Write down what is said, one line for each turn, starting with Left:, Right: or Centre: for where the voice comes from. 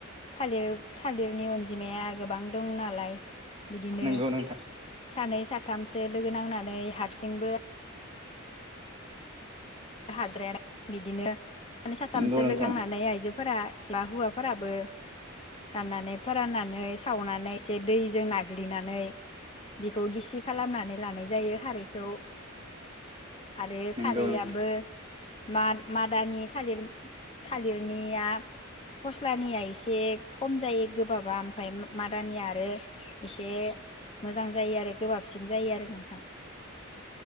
Left: थालिर-थालिरनि अनजिमाया गोबां दं नालाय बिदिनो
Right: नंगौ नोंथां
Left: सानै साख थामसो लोगो नांनानै हारसिंबो हाद्रायानो बिदिनो नै साथामसो
Right: नंगौ नोंथां
Left: लोगो नांनानै आइजोफोरा बा हुवाफोराबो दाननानै फोराननानै सावनानै एसे दैजों नाग्लिनानै बेखौ गिसि खालामनानै लानाय जायो हारैखौ। आरो खारैआबो
Right: नंगौ नोंथां
Left: माद-मादानि थालिर थालिरनिया फस्लानिया एसे खम जायो गोबाबा ओमफ्राय मादानिया आरो एसे मोजां जायो आरो गोबाबसिन जायो आरो नोंथां।